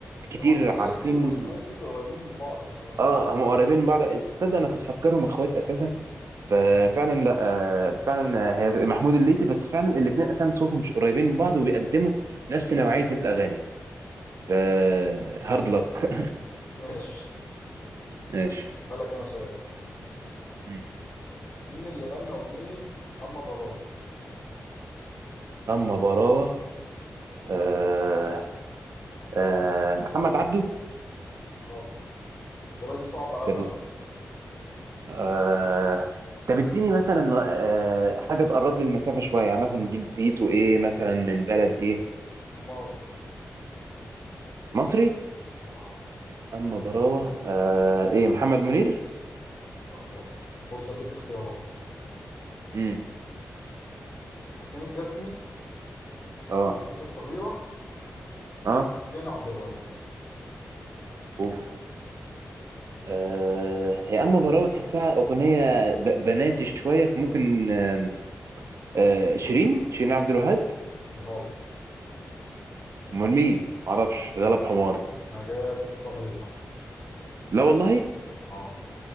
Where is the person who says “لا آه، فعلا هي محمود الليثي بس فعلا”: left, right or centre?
Right